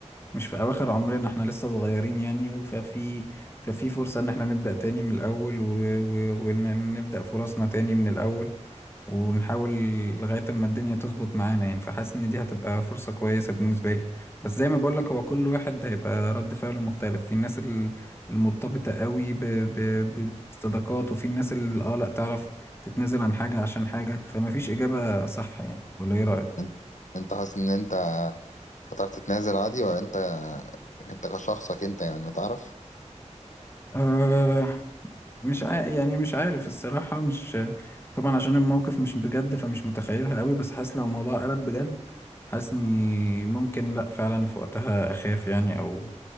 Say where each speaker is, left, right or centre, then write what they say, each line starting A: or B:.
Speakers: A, on the left; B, on the left.
A: مش في اواخر عمرنا احنا لسه صغيرين يعني ففي ففي فرصة ان احنا نبدأ تاني من الاول و- و- وان نبدأ فرصنا تاني من الاول ونحاول لغاية اما الدنيا تظبط معانا يعني فحاسس ان دي هتبقى فرصة كويسة بالنسبة لي بس زي ما بقولك هو كل واحد هيبقى رد فعله مختلف في الناس ال- المرتبطة قوي ب- ب- بالصداقات وفي الناس اللي اه لا تعرف تتنازل عن حاجة عشان حاجة فما فيش إجابة صح يعني ولا ايه رأيك؟
B: انت انت حاسس ان انت هتعرف تتنازل عادي ولا انت انت كشخصك انت يعني تعرف
A: آه مش عا... يعني مش عارف الصراحة مش طبعا عشان الموقف مش بجد فمش متخيلها قوي بس حاسس لو الموضوع قلب بجد حاسس اني ممكن لا فعلا في وقتها اخاف يعني او